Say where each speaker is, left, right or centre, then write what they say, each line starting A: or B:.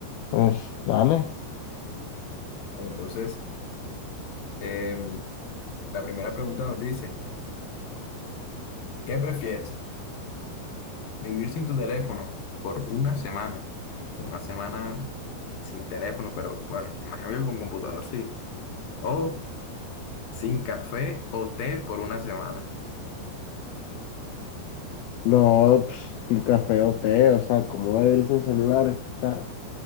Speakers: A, on the left; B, on the left.
A: Pues dale.
B: Vale, entonces... em, La primera pregunta nos dice, ¿qué prefieres? ¿Vivir sin tu teléfono por una semana? O sea, una semana sin teléfono, pero bueno, me imagino que con computador sí. O sin café o té por una semana.
A: No, pues, sin café o té, o sea, ¿cómo va a vivir sin celular? O sea,